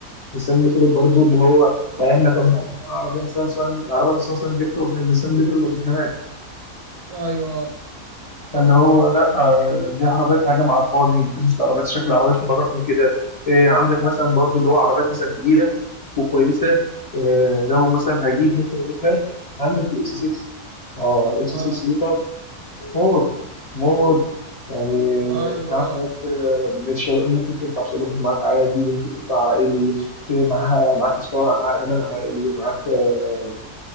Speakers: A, on the left; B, on the right.
A: انسان بترول برضه ان هو يعني احنا كان عربيه انسان صني العربيه انسان صني جت تقف جنب انسان بترول ما شفناهاش
B: ايوه
A: فاللي هو لا آه، دي عربيات هجم على الفاضي ما بحبش العربيات شكل العربيات تبقى ضخم كده إيه عندك مثلا برضو اللي هو عربيات مثلا كبيره وكويسه إيه لو مثلا هجيب ممكن اجيب لك عندك الاكس 6 اه الاكس
B: اه
A: 6 دي طب موت موت يعني
B: آه، ايوه
A: انت عندك
B: آه.
A: آه، مش ممكن تدفع شباب معاك عادي ممكن تدفع عائلي إيه، معاها معاك مستوى ع- امان عائلي معاك آه،